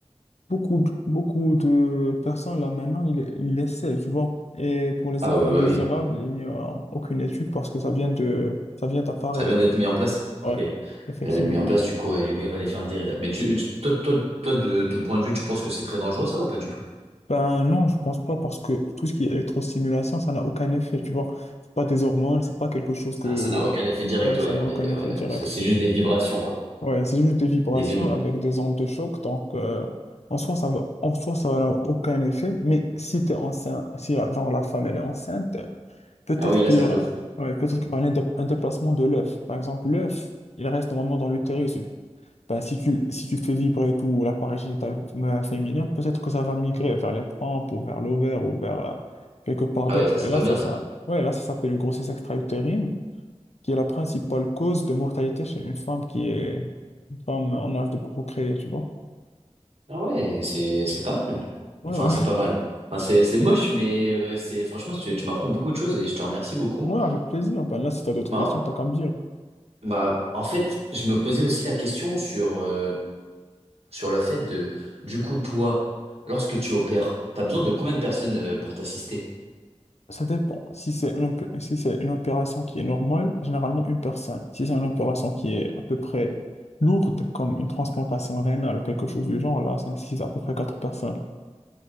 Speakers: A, on the left (about 70°); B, on the right (about 60°).
A: beaucoup, de- beaucoup de personnes là maintenant, ils, ils l'essaient, tu vois. Et pour les
B: Ah
A: effets
B: ouais,
A: indésirables,
B: bah oui.
A: il n'y a aucune étude parce que ça vient de, ça vient d'apparaître.
B: Ça vient d'être mis en place.
A: Ouais,
B: Ok. Ça
A: effectivement.
B: vient d'être mis en place, du coup, et du coup, il va aller faire un dérive. Mais tu, tu- toi, toi, toi, de ton point de vue, tu penses que c'est très dangereux, ça, ou pas du tout?
A: Ben non, je pense pas parce que tout ce qui est électrostimulation, ça n'a aucun effet, tu vois. C'est pas des hormones, c'est pas quelque chose que...
B: Ah, ça n'a aucun effet direct,
A: Ouais, ça
B: ouais.
A: n'a
B: on
A: aucun
B: est-
A: effet
B: ouais.
A: direct.
B: Ça, C'est juste des vibrations, quoi.
A: Ouais, c'est juste des vibrations
B: Des vibra-
A: avec des ondes de choc. Donc, euh, en soi, ça va, en soi, ça n'a aucun effet. Mais si t'es enceinte, si la- genre la femme elle est enceinte, peut-être
B: Ah oui, là,
A: qu'il
B: ça
A: y aura,
B: peut.
A: ouais, peut-être qu'il y aura un, dé- un déplacement de l'œuf. Par exemple, l'œuf, il reste normalement dans l'utérus. Ben, si tu, si tu fais vibrer tout l'appareil génital euh, féminin, peut-être que ça va migrer vers les trompes ou vers l'ovaire ou vers euh, quelque part
B: Ah
A: d'autre.
B: ouais, ça, c'est
A: Et là,
B: pas
A: ça,
B: bien,
A: ça,
B: ça.
A: ouais, là, ça s'appelle une grossesse extra-utérine qui est la principale cause de mortalité chez une femme qui est une femme en âge de procréer, tu vois.
B: Ah ouais, c'est, c'est pas mal.
A: Ouais,
B: Enfin,
A: ouais,
B: c'est pas mal. Enfin, c'est, c'est moche, mais euh, c'est, franchement, tu, tu m'apprends beaucoup de choses et je te remercie beaucoup.
A: ouais, avec plaisir. Ben là, si tu as d'autres
B: Bah,
A: questions, t'as qu'à me dire.
B: Bah, en fait, je me posais aussi la question sur, euh, sur le fait de, du coup, toi, lorsque tu opères, t'as besoin de combien de personnes euh, pour t'assister?
A: Ça dépend. Si c'est une, opé- si c'est une opération qui est normale, généralement une personne. Si c'est une opération qui est à peu près lourde, comme une transplantation rénale ou quelque chose du genre, là, ça nécessite à peu près quatre personnes.